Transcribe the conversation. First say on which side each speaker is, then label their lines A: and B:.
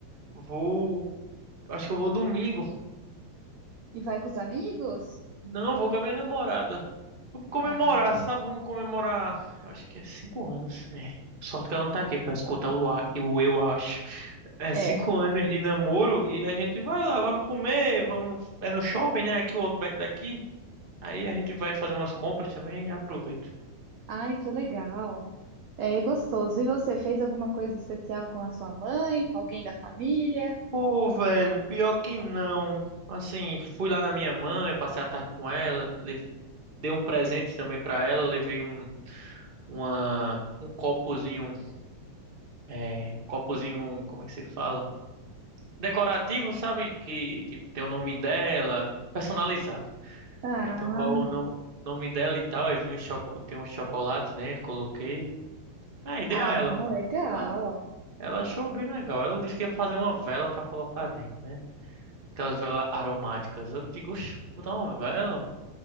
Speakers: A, on the right; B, on the right.
A: Vou. Acho que eu vou domingo.
B: E vai com os amigos?
A: Não, vou com a minha namorada. Vamos comemorar,
B: Ah,
A: sabe? Vamos comemorar. Eu acho que é cinco anos. É. Sorte que ela não tá aqui pra escutar o, a- o eu acho. É
B: é.
A: cinco anos de namoro e a gente vai lá, vamos comer, vamos. É no shopping, né? Aqui o Outback daqui. Aí a gente vai fazer umas compras também e aproveita.
B: Ai, que legal. É é gostoso. E você fez alguma coisa especial com a sua mãe, com alguém da família?
A: Pô, velho, pior que não. Assim, fui lá na minha mãe, passei a tarde com ela, leve- dei um presente também pra ela, levei um, uma, um copozinho. É, um copozinho, como é que se fala? Decorativo, sabe? Que tipo, tem o nome dela, personalizado.
B: Ah,
A: É, então, qual é o no- nome dela e tal? Aí vi um choco, tem um chocolate dentro, coloquei. É, ideia
B: ah,
A: a ela, cara.
B: legal.
A: Ela, ela achou bem legal. Ela disse que ia fazer uma vela pra colocar dentro, né? Aquelas velas aromáticas. Eu digo, oxe, botar uma vela?